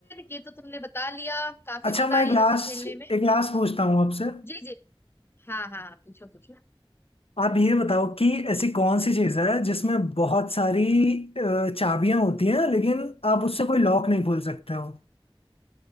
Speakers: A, on the left (about 25°); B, on the left (about 80°).
A: ये तो तुमने बता लिया काफी
B: अच्छा
A: मजा
B: मैं
A: आई
B: एक
A: वैसे
B: लास्ट
A: खेलने में
B: एक लास्ट पूछता हूँ आपसे
A: जी जी हाँ हाँ हाँ, पूछो पूछो
B: आप ये बताओ कि ऐसी कौन सी चीज़ है जिसमें बहुत सारी चाबियां होती हैं लेकिन आप उससे कोई लॉक नहीं खोल सकते हो